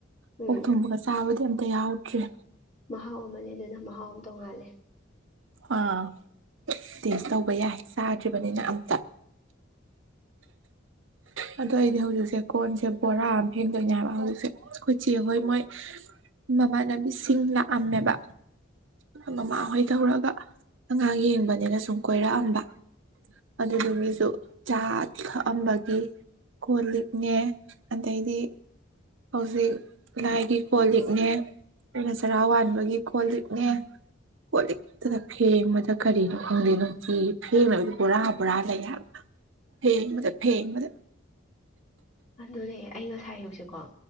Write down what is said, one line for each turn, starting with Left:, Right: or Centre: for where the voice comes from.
Right: ꯍ
Left: ꯎꯝ
Right: ꯊꯒꯁꯕꯗꯤ ꯇ ꯌꯥꯎꯗ꯭ꯔꯦ
Left: ꯃꯍꯥꯎ ꯑꯃꯅꯦ ꯑꯗꯨꯅ ꯃꯍꯥꯎ ꯑꯃ ꯇꯣꯡꯉꯥꯜꯂꯦ
Right: ꯑꯥ ꯇꯦꯁ ꯇꯧꯕ ꯌꯥꯏ ꯆꯥꯗ꯭ꯔꯤ ꯅꯤꯅ ꯑꯝꯇ ꯑꯗꯨꯗ ꯑꯩꯗꯤ ꯍꯧꯖꯤꯛꯁꯦ ꯀꯣꯟꯁꯦ ꯕꯣꯔꯥ ꯑꯃ ꯐꯦꯟꯗꯣꯏꯅꯦ ꯍꯥꯏꯕ ꯍꯧꯖꯤꯛꯁꯦ ꯑꯩꯈꯣꯏꯆꯦ ꯍꯣꯏ ꯃꯣꯏ ꯃꯃꯥꯟꯅꯕꯤꯁꯤꯡ ꯂꯥꯛꯑꯝꯃꯦꯕ ꯃꯃꯥꯍꯣꯏ ꯇꯧꯔꯒ ꯑꯉꯥꯡ ꯌꯦꯡꯕꯅꯤꯅ ꯁꯨꯝ ꯀꯣꯏꯔꯛꯑꯝꯕ ꯑꯗꯨꯗꯨꯒꯤꯁꯨ ꯆꯥ ꯊꯛꯑꯝꯕꯒꯤ ꯀꯣ ꯂꯤꯛꯅꯦ ꯑꯗꯩꯗꯤ ꯍꯧꯖꯤꯛ ꯂꯥꯏꯒꯤ ꯀꯣꯜ ꯂꯤꯛꯅꯦ ꯑꯩꯩꯅ ꯆꯔꯥ ꯋꯥꯕꯒꯤ ꯀꯣꯜ ꯂꯤꯛꯅꯦ ꯀꯣꯜ ꯂꯤꯛꯇꯗ ꯐꯦꯡꯕꯗ ꯀꯔꯤꯅꯣ ꯈꯪꯗꯦꯅꯣ ꯐꯗꯤ ꯄꯨꯔꯥ ꯄꯨꯔꯥ ꯂꯩꯌꯥ ꯐꯦꯡꯕꯗ ꯐꯦꯡꯕꯗ
Left: ꯑꯗꯨꯅꯦ ꯑꯩ ꯉꯁꯥꯏ ꯌꯧꯁꯦꯀꯣ